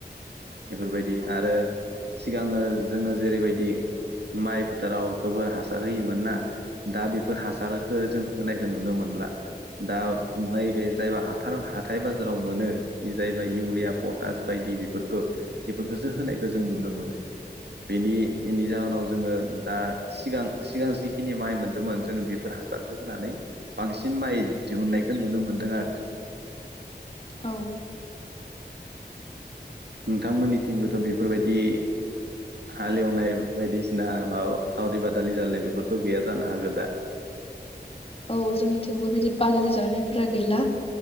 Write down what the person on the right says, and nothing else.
बेफोरबायदि आरो सिगाङो जोङो जेरैबायदि माइ फोथोराव गोबोर हासार होयोमोन ना दा बेफोर हासारखो जों होनाय नुनो मोनला। दा ओमफाय बे जायबा हाथार हाथाय बाजाराव मोनो जायबा इउरिया पटास बायदि बेफोरखो बेफोरथौसो होनायखौ जों नुनो मोनो। बेनिनि एनि जाहोनाव जोङो दा सिगां सिगां जिखिनि माइ मोन्दोंमोन जोङो बेफोर हासारखौ होनानै बांसिन माइ दिहुननायखौ नुनो मोन्दों आरो।
नोंथांमोननिथिंबोथ' बेफोरबायदि हालेवनाय बायदिसिना माबा सावरि बादालि जालनाय बेफोरथ' गैया जानो हागौ दा।